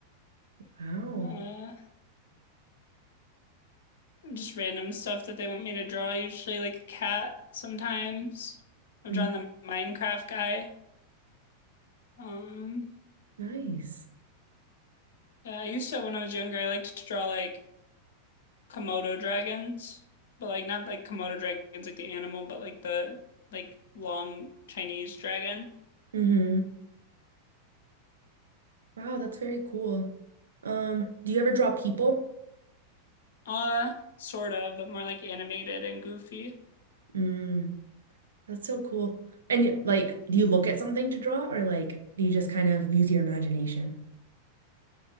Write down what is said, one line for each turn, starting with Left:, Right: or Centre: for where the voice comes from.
Right: Wow.
Left: uh, just random stuff that they want me to draw. Usually, like a cat. Sometimes I've
Right: Mm,
Left: drawn the Minecraft guy. Um,
Right: nice.
Left: yeah, I used to when I was younger. I liked to draw like Komodo dragons, but like not like Komodo dragons like the animal, but like the like long Chinese dragon.
Right: Mm-hmm. Wow, that's very cool. Um, do you ever draw people?
Left: Uh, sort of, but more like animated and goofy.
Right: Mm. That's so cool. And like, do you look at something to draw or like do you just kind of use your imagination?